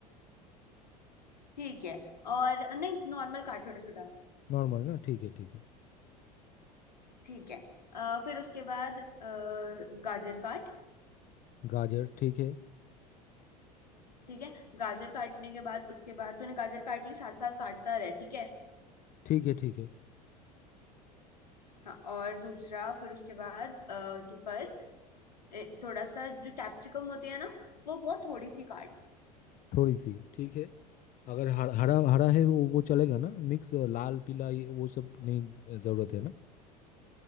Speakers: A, on the left (about 85°); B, on the left (about 40°).
A: ठीक है और नहीं नॉर्मल काट छोटा छोटा
B: नॉर्मल ना ठीक है ठीक है
A: ठीक है अ, फिर उसके बाद अ, गाजर काट
B: गाजर ठीक है
A: ठीक है गाजर काटने के बाद उसके बाद तूने गाजर काट ली साथ साथ काटता रहे ठीक है
B: ठीक है ठीक है
A: हाँ और दूसरा फिर उसके बाद अ, तू कर ए, थोड़ा सा जो कैप्सिकम होती है ना वो बहुत थोड़ी सी काट
B: थोड़ी सी ठीक है अगर हर, हरा हरा है वो वो चलेगा ना मिक्स लाल पीला ये वो सब नहीं ज़रूरत है ना